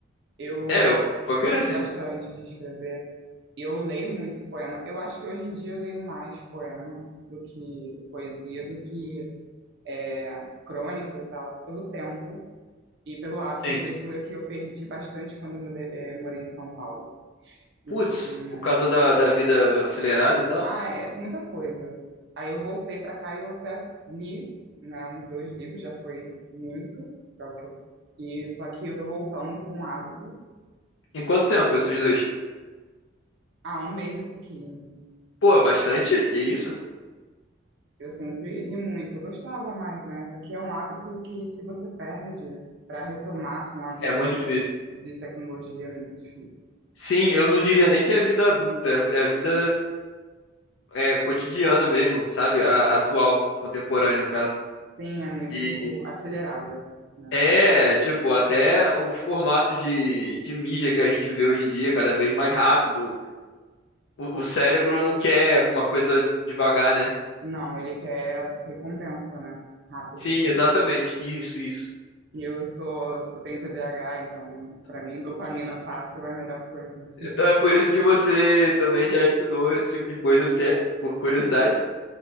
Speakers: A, on the right; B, on the left.
A: Eu
B: É, eu vou
A: gosto
B: querer sim.
A: bastante de escrever. Eu leio muito poema. Eu acho que hoje em dia eu leio mais poema do que poesia, do que é, crônica e tal, pelo tempo e pelo hábito
B: Sim.
A: de leitura que eu perdi bastante quando eu mudei- eh, morei em São Paulo. Então,
B: Putz,
A: hum,
B: por causa da, da vida acelerada e tal.
A: ah, é muita coisa. Aí eu voltei para cá e eu até li, né, uns dois livros, já foi muito para o que eu. E só que eu tô voltando com o hábito
B: Em quanto tempo esses dois?
A: há um mês e pouquinho.
B: Pô, é bastante? Que isso?
A: Eu sempre li muito, eu gostava mais, né? Só que é um hábito que se você perde para retomar com a vida
B: É muito difícil.
A: de tecnologia é muito difícil.
B: Sim, eu não diria nem que é vida adulta, é é vida é, é cotidiana mesmo, sabe? A, atual, contemporânea, no caso.
A: Sim, é muito
B: E
A: acelerada, né?
B: é, tipo, até os formatos de, de mídia que a gente vê hoje em dia, cada vez mais rápido. O, o cérebro não quer uma coisa devagar, né?
A: Não, ele quer recompensa, né? Rápido.
B: Sim, exatamente. Isso, isso.
A: E eu sou, eu tenho TDAH, então pra mim dopamina fácil é a melhor coisa que
B: Então
A: existe.
B: é por isso que você também já estudou esse tipo de coisa, até por curiosidade.